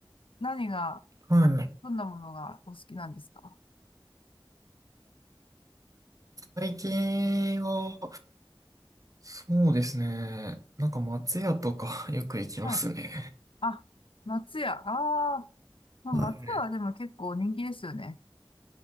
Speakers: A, on the left (about 75°); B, on the right (about 40°).
A: 何が、
B: はい。
A: どんなものがお好きなんですか
B: 最近は、そうですね。なんか松屋とか <laughs> よく行きますね。
A: はい。あ、松屋。ああ、まあ、
B: はい。
A: 松屋はでも結構人気ですよね。